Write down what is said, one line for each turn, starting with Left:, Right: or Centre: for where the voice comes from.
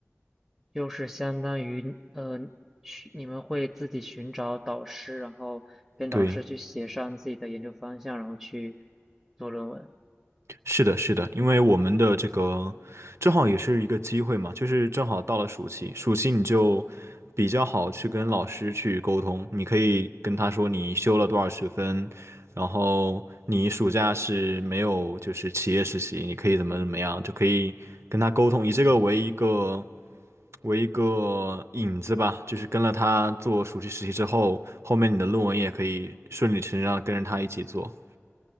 Centre: 就是相当于呃，寻你们会自己寻找导师，然后跟导师去协商自己的研究方向，
Right: 对。
Centre: 然后去做论文。
Right: 是的，是的，因为我们的这个正好也是一个机会嘛，就是正好到了暑期，暑期你就比较好去跟老师去沟通，你可以跟他说你修了多少学分，然后你暑假是没有就是企业实习，你可以怎么怎么样，就可以跟他沟通，以这个为一个为一个引子吧，就是跟了他做暑期实习之后，后面你的论文也可以顺理成章的跟着他一起做。